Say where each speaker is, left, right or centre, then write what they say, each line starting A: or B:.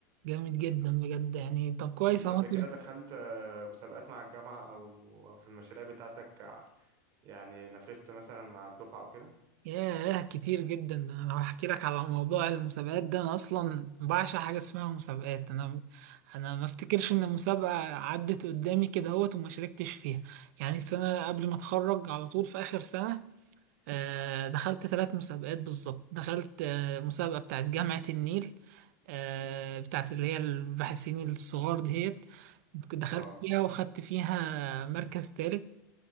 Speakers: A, on the right (about 55°); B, on the right (about 40°).
A: جامد جدا بجد يعني طب كويس
B: أنت
A: اهو
B: قبل كده دخلت آه، مسابقات مع الجامعة أو أو في المشاريع بتاعتك ع- يعني نافست مثلا مع الدفعة أو كده؟
A: ياه كتير جدا ده انا لو هحكي لك على موضوع المسابقات ده انا اصلا بعشق حاجه اسمها مسابقات انا انا ما افتكرش ان مسابقه عدت قدامي كده اهوت وما شاركتش فيها يعني السنه قبل ما اتخرج على طول في اخر سنه آه، دخلت ثلاث مسابقات بالظبط دخلت آه، مسابقه بتاعت جامعه النيل آه، بتاعت اللي هي الباحثين الصغار دهيت دخلت
B: أه
A: فيها وخدت فيها مركز ثالث